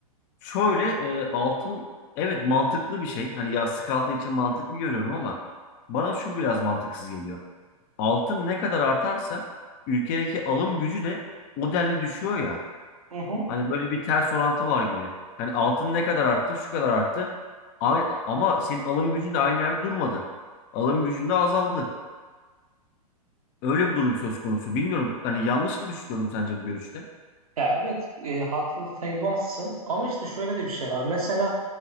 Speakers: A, on the left (about 30°); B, on the right (about 65°).
A: Şöyle e, altın evet mantıklı bir şey. Hani yastık altı için mantıklı görüyorum ama bana şu biraz mantıksız geliyor. Altın ne kadar artarsa ülkedeki alım gücü de o denli düşüyor ya.
B: Hı hı.
A: Hani böyle bir ters orantı var gibi. Hani altın ne kadar arttı, şu kadar arttı. Ay- Ama senin alım gücün de aynı yerde durmadı. Alım gücün de azaldı. Öyle bir durum söz konusu. Bilmiyorum. Hani yanlış mı düşünüyorum sence bu görüşte?
B: Ya evet e, haksız sayılmazsın ama işte şöyle de bir şey var. Mesela